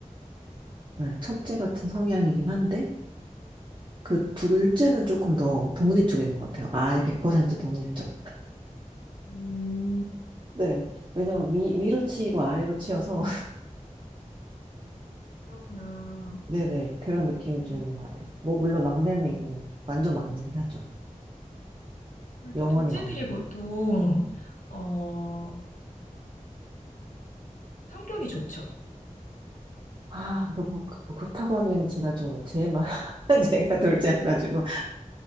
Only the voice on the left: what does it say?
네.
음,
그렇구나.
음,
둘-
둘째들이
보통 어, 성격이 좋죠.